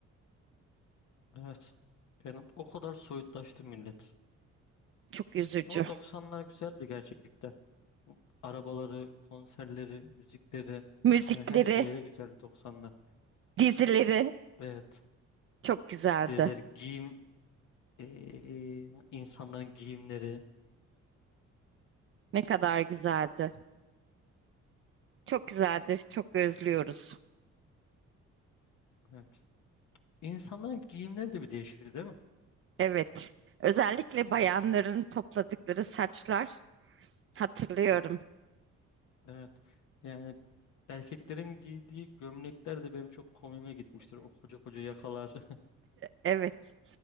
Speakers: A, on the left (about 75°); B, on the right (about 45°).
A: evet. Yani o kadar soyutlaştı millet.
B: Çok üzücü.
A: Ama 90'lar güzeldi gerçekten. Arabaları, konserleri, müzikleri
B: Müzikleri,
A: yani her şeyi de güzeldi 90'lar.
B: dizileri
A: Evet.
B: Çok güzeldi.
A: dizileri, giyim, eee, insanların giyimleri.
B: Ne kadar güzeldi. Çok güzeldir. Çok özlüyoruz.
A: Evet. İnsanların giyimleri de bir değişikti değil mi?
B: Evet. Özellikle
A: Ya,
B: bayanların topladıkları saçlar hatırlıyorum.
A: evet. Yani erkeklerin giydiği gömlekler de benim çok komiğime gitmiştir. O koca koca yakalar, <laughs>
B: Evet,